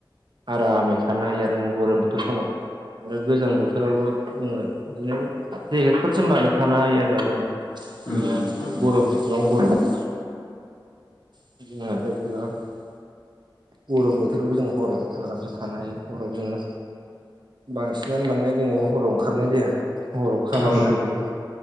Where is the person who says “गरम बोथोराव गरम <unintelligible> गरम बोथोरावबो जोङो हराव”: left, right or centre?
Right